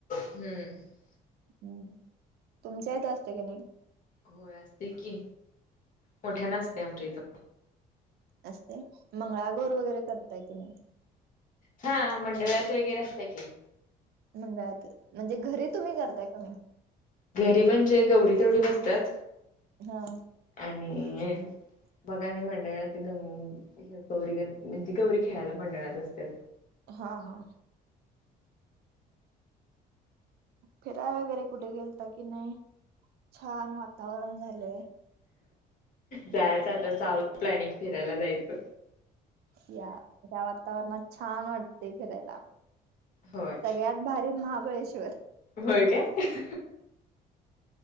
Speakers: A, on the left; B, on the right.
A: हम्म
B: हम्म तुमच्या इथ असते की नाही?
A: होय असते की मोठ्यानं असतय आमच्या इथ.
B: असतय मंगळागोर वगैरे करताय की नाही?
A: हा मंडळात वगैरे असतय की
B: मंडळात म्हणजे घरी तुम्ही करताय कणी?
A: घरी म्हणजे गौरी तेवढी बसत्यात.
B: हा
A: आणि ये बघा मी मंडळात ग गौरी गण म्हणजे गौरी खेळायला मंडळात असत्यात.
B: हा हा फिराय वगैरे कुठे गेलता कि नाही. छान वातावरण झालेय.
A: जायच आता चालुय प्लॅनिंग फिरायला जायच.
B: या या वातावरणात छान वाटते फिरायला.
A: होय
B: सगळ्यात भारी महाबळेश्वर.
A: होय काय